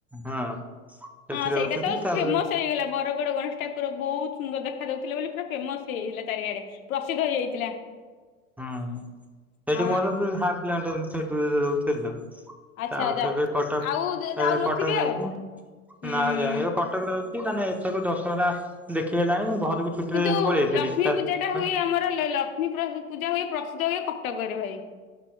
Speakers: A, in the centre; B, on the left.
A: ସେଠି
B: ହଁ ସେଇଟା
A: ରହୁଥିଲି
B: ତ
A: ତାପରେ
B: ଫେମସ ହେଇଗଲା ବରଗଡ ଗଣେଶ ଠାକୁର ବହୁତ ସୁନ୍ଦର ଦେଖା ଯାଉଥିଲା ବୋଲି ପୁରା ଫେମସ ହେଇଥିଲା ଚାରିଆଡେ। ପ୍ରସିଦ୍ଧ ହେଇଯାଇଥିଲା।
A: ହୁଁ ସେଠି
B: ହଁ
A: ମୋର ତ ହାପ୍ କିଲୋମିଟର ଭିତରେ ଦୂରରେ ରହୁଥିଲି ତ।
B: ଆଚ୍ଛା
A: ତାପରେ
B: ଆଚ୍ଛା
A: ତ ଏବେ କଟକ
B: ଆଉ ଯାଉନଥିବେ
A: ଏବେ କଟକ
B: ଆଉ ହୁଁ
A: ନା ଜାଣିବେ କଟକ କଟକରେ ଅଛି, ମାନେ ଏଥର ଦଶହରା ଦେଖିହେଲାଣି ମୁଁ ଘରକୁ ଛୁଟିରେ
B: କିନ୍ତୁ
A: ଯେହେତୁ ପଳେଇ ଯାଇଥିଲି
B: ଲକ୍ଷ୍ମୀ
A: ତା
B: ପୂଜା ଟା ହୁଏ,
A: ଆଁ
B: ଆମର ଲକ୍ଷ୍ମୀ ପୂଜା ହୁଏ ପ୍ରସିଦ୍ଧ ହୁଏ କଟକରେ ଭାଇ।